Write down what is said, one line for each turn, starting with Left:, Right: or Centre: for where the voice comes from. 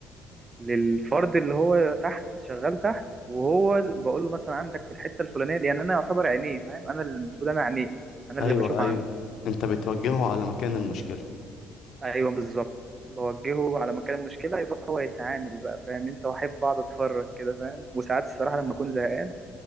Right: للفرد اللي هو تحت شغال تحت وهو ال- بقول له مثلا عندك في الحته الفلانيه لان انا يعتبر عينيه فاهم انا اللي المفروض انا عينيه انا
Left: ايوه
Right: اللي بشوف
Left: ايوه
Right: عنه
Left: انت بتوجهه على مكان المشكله
Right: ايوه بالظبط بوجهه على مكان المشكله يروح هو يتعامل بقى فاهم انت واحب اقعد اتفرج كده فاهم وساعات الصراحه لما اكون زهقان